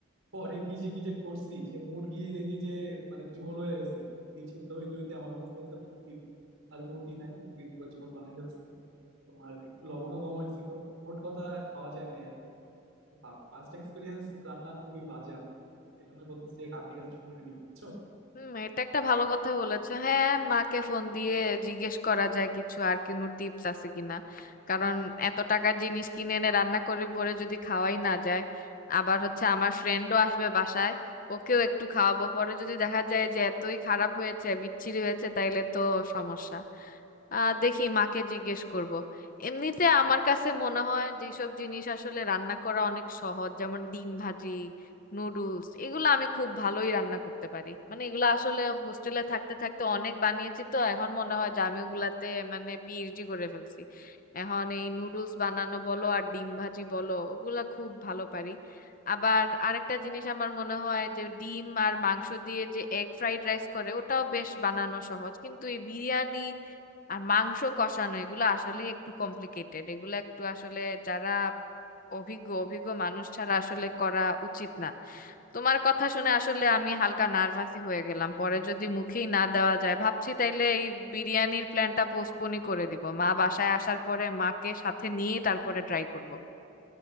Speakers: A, on the right (about 75°); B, on the left (about 40°).
A: পরে কি যে কি যে করছি সে মুরগি দেখি যে মানে ঝোল হয়ে গেছে মুরগি সিদ্ধ হইতে হইতে এমন অবস্থা হয়েছে মুরগির আর মুরগি নাই মুরগির পুরো ঝোল বানাই ফেলছি তোমার একটু লবণও কম হয়েছিল মোট কথা খাওয়া যায় নাই আর ফার্স্ট এক্সপিরিয়েন্স রান্নার খুবই বাজে আমার এই জন্য বলতেছি যে আন্টির কাছে শুনে নিও বুঝছো
B: হুম এটা একটা ভালো কথা বলেছো হ্যাঁ মাকে ফোন দিয়ে জিজ্ঞেস করা যায় কিছু আর কোনো টিপস আছে কিনা কারণ এত টাকার জিনিস কিনে এনে রান্না করে পরে যদি খাওয়াই না যায় আবার হচ্ছে আমার ফ্রেন্ডও আসবে বাসায় ওকেও একটু খাওয়াবো পরে যদি দেখা যায় যে এতই খারাপ হয়েছে বিচ্ছিরি হয়েছে তাইলে তো সমস্যা আহ দেখি মাকে জিজ্ঞেস করব এমনিতে আমার কাছে মনে হয় যেসব জিনিস আসলে রান্না করা অনেক সহজ যেমন ডিম ভাজি নুডলস এগুলো আমি খুব ভালোই রান্না করতে পারি মানে এগুলো আসলে হোস্টেলে থাকতে থাকতে অনেক বানিয়েছি তো এখন মনে হয় যে আমি ওগুলাতে মানে পিএইচডি করে ফেলছি এখন এই নুডলস বানানো বলো আর ডিম ভাজি বলো ওগুলা খুব ভালো পারি আবার আরেকটা জিনিস আমার মনে হয় যে ডিম আর মাংস দিয়ে যে এগ ফ্রাইড রাইস করে ওটাও বেশ বানানো সহজ কিন্তু এই বিরিয়ানি আর মাংস কষানো এগুলো আসলে একটু কমপ্লিকেটেড এগুলো একটু আসলে যারা অভিজ্ঞ অভিজ্ঞ মানুষ ছাড়া আসলে করা উচিত না তোমার কথা শুনে আসলে আমি হালকা নার্ভাসই হয়ে গেলাম পরে যদি মুখেই না দেওয়া যায় ভাবছি তাইলে এই বিরিয়ানির প্ল্যানটা পোস্টপোনই করে দিব মা বাসায় আসার পরে মাকে সাথে নিয়ে তারপরে ট্রাই করব